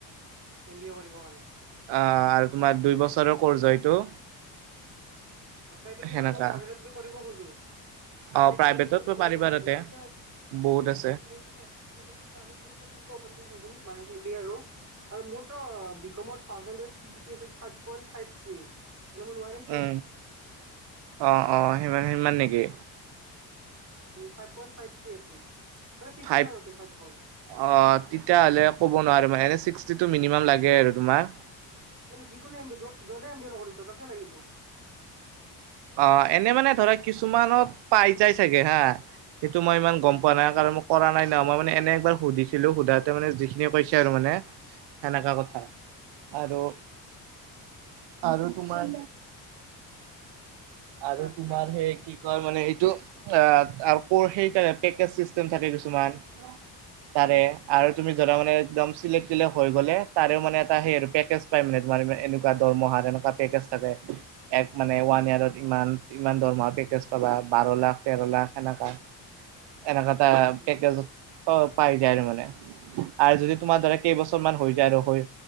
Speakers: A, on the right; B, on the right.
A: এম বি এ কৰিবৰ কাৰণে।
B: অ আৰু তোমাৰ দুই বছৰৰ ক'ৰ্চ হয় এইটো।
A: আচ্ছা এইটো কি
B: সেনেকা
A: মানে মই প্ৰাইভেটত যদি কৰিব খোজোঁ। প্ৰাইভেট
B: অ প্ৰাইভেটত
A: কলেজত যদি মই পঢ়িব
B: পাৰিবা
A: খুজিছোঁ
B: তাতে
A: তেতিয়া
B: বহুত আছে
A: মই যদি মানে দি প্ৰাইভেট কলেজত কৰিব খুজোঁ মানে হিন্দী আৰু। আৰু মোৰতো বিকমত পাৰ্চন্টেজ চেভেন্ত্ৰি <inaudible> পইভ থ্ৰী ননে মোৱাৰতে
B: উম
A: <inaudible>
B: অ অ সিমান সিমান নেকি?
A: ফাইপ পইন ফাইপ থ্ৰি আছিল। মানে ফিফটি
B: ফাইভ
A: আছিল পইণ্ট
B: অ তেতিয়া হ'লে কব কব নোৱাৰিম এনে ছিক্সটি টো মিনিমাম লাগে আৰু তোমাৰ।
A: মানে যিকোনে এম বি য'ত য'তে এম বি নকৰি ত ততে লাগিব।
B: অ এনে মানে ধৰা কিছুমানত পাই যাই চাগে হা। সেইটো মই ইমান
A: উম
B: গম পোৱা নাই কাৰণ মোক। কৰা নাই ন মই মানে এনে একবাৰ সুধিছিলো সোধাতে মানে যিখিনিয়ে কৈছে আৰু মানে সেনেকা কথা আৰু আৰু তোমাৰ
A: আচ্ছা
B: আৰু
A: আচ্ছা
B: তোমাৰ সেই কি মানে এইটো আকৌ সেইকাৰণে চেকেট থাকে কিছুমান তাৰে আৰু তুমি ধৰা মানে একম চ্িল হৈ গলে তাৰে মানে এটা সেেজ পাই এনেকো দৰমহাৰ এনেকোৱা টেকেচ থাকেএক মানে ওৱন ইয়েৰত ইমান ইমান দৰমহা পেকেজ পাবা বাৰ লাখ তেৰ লাখ সেনেকা। এনেকুৱা এটা
A: উম
B: পেকেজত পাই যায় আৰু মানে আৰু যদি তোমাৰ ধৰা কেইবছৰ
A: অ'
B: মান হৈ যায় আৰু হৈ